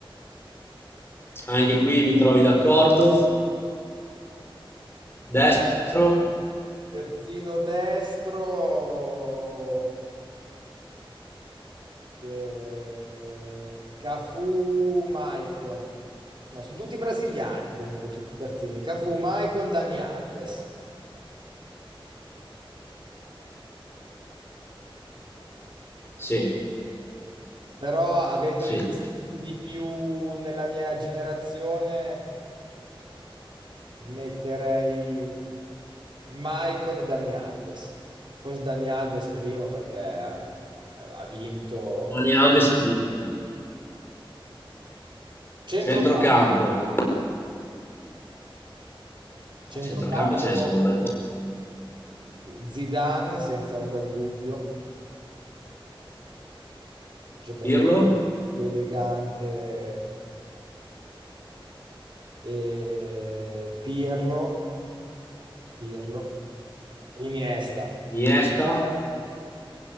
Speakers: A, on the left; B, on the right.
A: Anche qui mi trovi d'accordo. Destro,
B: Terzino destro che Cafu, Maicon. No, sono tutti brasiliani comunque, tutti terzini. Cafu, Maicon, Dani Alves.
A: sì,
B: Però avendoli
A: sì.
B: vissuti di più nella mia generazione, Metterei Maicon e Dani Alves. Forse Dani Alves primo perché ha ha vinto
A: Dani Alves prima. dai.
B: centrocampo,
A: Centrocampo,
B: centrocampo
A: a centrocampo ce ne sono un bel po'.
B: Zidane senza ombra di dubbio, giocatore
A: Pirlo,
B: più elegante e Pirlo, Pirlo, Iniesta.
A: Iniesta,